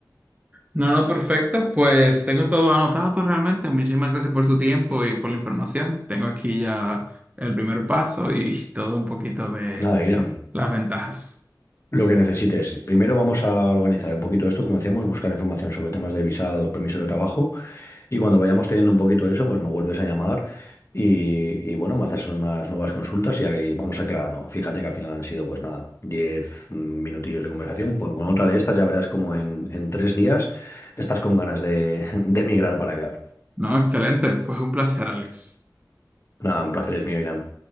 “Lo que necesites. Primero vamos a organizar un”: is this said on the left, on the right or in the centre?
Left